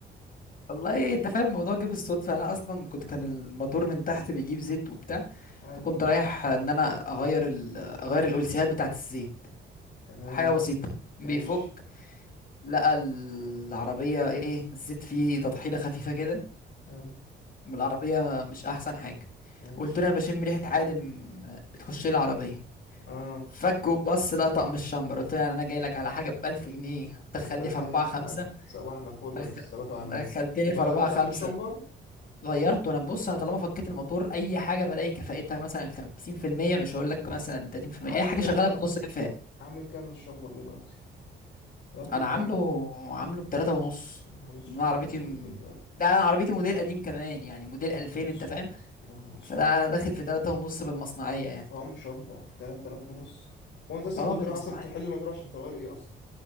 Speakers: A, on the left; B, on the left.
A: والله انت فاهم الموضوع جه بالصدفة انا اصلا كنت كان الموتور من تحت بيجيب زيت وبتاع
B: <laughs> حلو
A: فكنت رايح ان انا اغير ال... اغير الالسيهات بتاعة الزيت
B: تمام
A: حاجة بسيطة بيفك
B: ماشي
A: لقى العربية ايه الزيت فيه تطحينة خفيفة كده
B: حلو
A: والعربية مش احسن حاجة
B: ماشي
A: قلت له انا بشم ريحة عادم آه، بتخش لي العربية
B: اه
A: فك وبص لقطع من الشمبر قلت له يعني انا جاي لك على حاجه ب 1000 جنيه دخلني
B: دخلتني
A: في 4
B: في
A: 5
B: حاجه صباحنا فل
A: دخل...
B: بالصلاه على
A: دخلتني
B: النبي وغيرت
A: في 4
B: طقم
A: 5
B: الشمبر
A: غيرته انا بص انا طالما فكيت الموتور اي حاجه بلاقي كفاءتها مثلا 50% مش هقول لك مثلا 30%
B: عامل
A: اي حاجه
B: كام
A: شغاله
B: طقم
A: بنص كفاءه
B: عامل كام الشمبر دلوقتي غيرته
A: انا
B: بكام
A: عامله عامله ب 3 ونص
B: يا نهار اسود
A: إن انا
B: يا
A: عربيتي
B: نهار أبيض،
A: م...
B: يا
A: ده انا عربيتي موديل قديم كمان يعني موديل 2000
B: نهار
A: انت
B: اسود
A: فاهم
B: يا نهار اسود
A: فده داخل في 3 ونص بالمصنعيه يعني
B: طعم شمبر 3000 ونص هو انت اصلا
A: اه
B: كنت
A: بالمصنعيه
B: رايح اصلا تحل الموضوع عشان تغير ايه اصلا